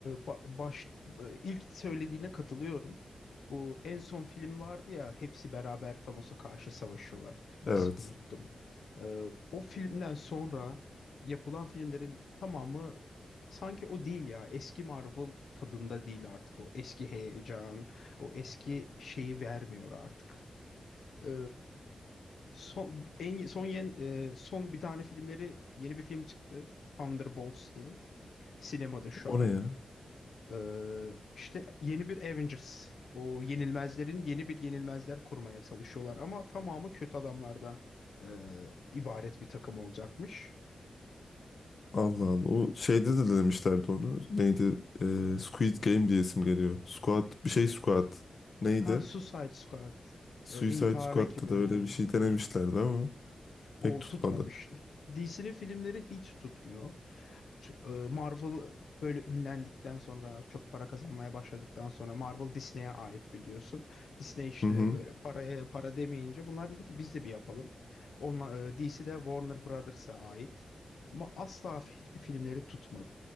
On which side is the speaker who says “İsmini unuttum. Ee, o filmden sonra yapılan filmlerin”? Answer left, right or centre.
Left